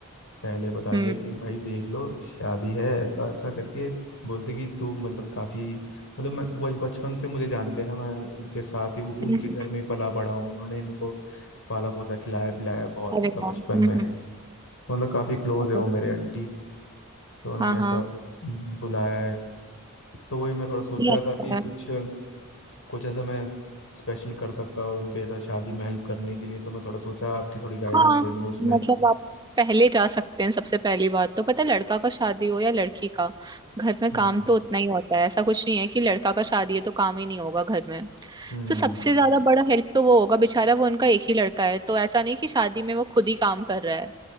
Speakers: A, on the left (about 60°); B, on the right (about 20°).
A: पहले बता
B: हम्म
A: दिया कि भाई देख लो शादी है ऐसा ऐसा करके बोलते कि तू मतलब काफी मतलब मैं वो बचपन से मुझे जानते हैं ना मैं उनके साथ ही उनके
B: हम्म।
A: घर में ही पला बड़ा हूँ उन्होंने मेरे को पाला पोसा खिलाया पिलाया बहुत
B: अरे
A: मतलब
B: वाह
A: बचपन
B: हम्म
A: में
B: हम्म
A: मतलब काफी क्लोज
B: बहुत
A: है वो
B: अच्छा।
A: मेरे आंटी तो उन्होंने
B: हाँ हाँ
A: ऐसा बुलाया है तो वही मैं थोड़ा सोच
B: ये
A: रहा
B: अच्छा
A: था कि
B: है
A: कुछ कुछ ऐसा मैं स्पेशल कर सकता हूँ उनके साथ शादी में हेल्प करने के लिए तो मैं थोड़ा सोचा आपकी थोड़ी गाइडेंस
B: हाँ
A: ले लूँ उसमें
B: मतलब आप पहले जा सकते हैं सबसे पहली बात तो पता है लड़का का शादी हो या लड़की का घर में
A: हम्म
B: काम तो उतना ही होता है ऐसा कुछ नहीं है कि लड़का का शादी है तो काम ही नहीं होगा घर में
A: हम्म
B: तो सबसे ज्यादा बड़ा हेल्प तो वो होगा बेचारा वो उनका एक ही लड़का है तो ऐसा नहीं कि शादी में वो खुद ही काम कर रहा है